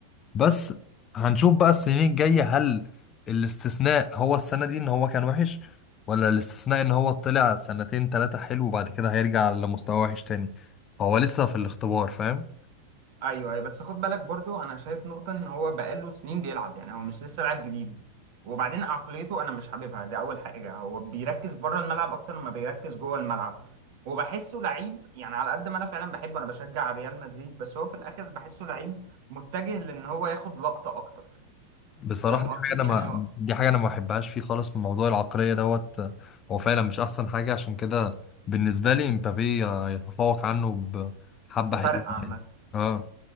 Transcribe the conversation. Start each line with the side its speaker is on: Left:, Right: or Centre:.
Left: بس هنشوف بقى السنين الجاية هل الاستثناء هو السنة دي ان هو كان وحش ولا الاستثناء ان هو طلع سنتين تلاتة حلو وبعد كده هيرجع لمستوى وحش تاني فهو لسه في الاختبار فاهم
Right: ايوه أيوة، بس خد بالك برضو انا شايف نقطه ان هو بقاله سنين بيلعب يعني هو مش لسه لاعب جديد وبعدين عقليته انا مش حاببها دي اول حاجه هو بيركز بره الملعب اكتر ما بيركز جوه الملعب وبحسه لعيب يعني على قد ما انا فعلا بحبه انا بشجع ريال مدريد بس هو في الاخر بحسه لعيب متجه لان هو ياخد لقطه اكتر
Left: بصراحة
Right: فاهم
Left: دي
Right: قصدي
Left: حاجة انا
Right: يعني
Left: ما
Right: هو
Left: دي حاجة انا ما بحبهاش فيه خالص من موضوع العقلية دوت هو فعلا مش احسن حاجة عشان كده بالنسبة لي امبابي يتفوق عنه بحبة
Right: بفرق
Left: حلوة
Right: عامه
Left: يعني اه